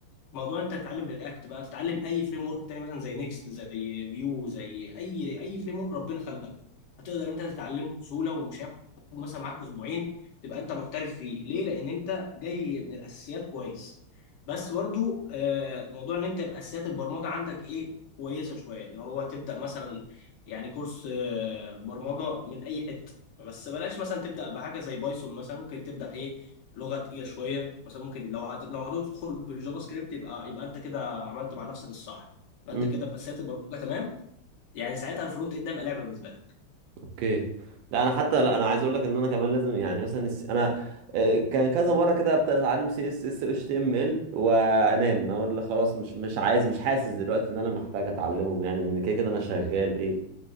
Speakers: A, on the left; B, on the right.
A: موضوع انت تتعلم رياكت بقى تتعلم اي فريم ورك تاني مثلا زي نيكست زي فيو زي اي اي فريم ورك ربنا خلقه هتقدر انت تتعلمه بسهوله ومش هياخد مثلا معاك اسبوعين تبقى انت محترف فيه ليه لان انت جاي من الاساسيات كويس بس برضو آه، موضوع ان انت يبقى اساسيات البرمجه عندك ايه كويسه شويه اللي هو تبدا مثلا يعني كورس آه، برمجه من اي حته بس بلاش مثلا تبدا بحاجه زي بايثون مثلا ممكن تبدا ايه لغه تقيله شويه مثلا ممكن لو هت... لو هتدخل بالجافا سكريبت يبقى يبقى انت كده عملت مع نفسك الصح يبقى
B: مم.
A: انت كده في اساسيات البرمجه تمام يعني ساعتها الفرونت اند ده يبقى لعبه بالنسبه لك
B: اوكي لا انا حتى لا انا عايز اقول لك ان انا كمان لازم يعني مثلا الس- انا آه، كان كذا مره كده ابدا اتعلم سي اس اس اتش تي ام ال وانام اقول لك خلاص مش مش عايز مش حاسس دلوقتي ان انا محتاج اتعلمهم يعني ان كده كده انا شغال ايه